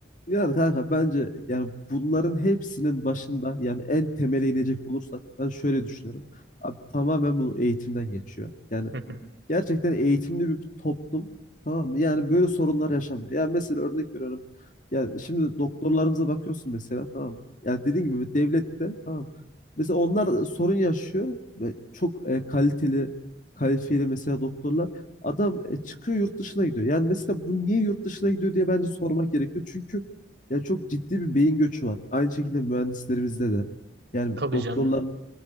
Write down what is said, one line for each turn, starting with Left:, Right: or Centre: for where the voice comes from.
Left: Yani kanka bence yani bunların hepsinin başında yani en temele inecek olursak ben şöyle düşünüyorum. Abi tamamen bu eğitimden geçiyor. Yani
Right: Hı hı.
Left: gerçekten eğitimli bir toplum tamam mı? Yani böyle sorunlar yaşamıyor. Yani mesela örnek veriyorum. Yani şimdi doktorlarımıza bakıyorsun mesela tamam mı? Yani dediğim gibi devlette tamam mı? Mesela onlar sorun yaşıyor ve çok e, kaliteli kalifiyeli mesela doktorlar. Adam e, çıkıyor yurt dışına gidiyor. Yani mesela bu niye yurt dışına gidiyor diye bence sormak gerekiyor. Çünkü ya çok ciddi bir beyin göçü var. Aynı şekilde mühendislerimizde de. Yani
Right: Tabii
Left: doktorlar
Right: canım.